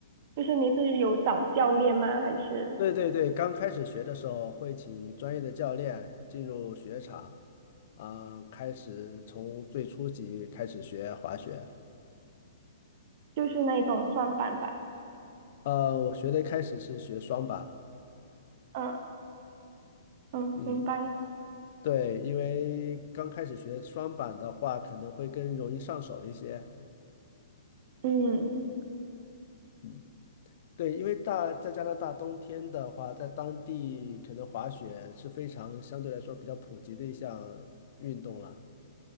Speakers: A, on the right; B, on the left.
A: 就是你是有找教练吗？还是
B: 对对对，刚开始学的时候会请专业的教练进入雪场，啊、开始从最初级开始学滑雪。
A: 就是那种双板吧？
B: 呃，我学的开始是学双板，
A: 嗯嗯，
B: 嗯，
A: 明白。
B: 对，因为刚开始学双板的话，可能会更容易上手一些。
A: 嗯
B: 嗯，对，因为大在加拿大冬天的话，在当地可能滑雪是非常相对来说比较普及的一项运动了。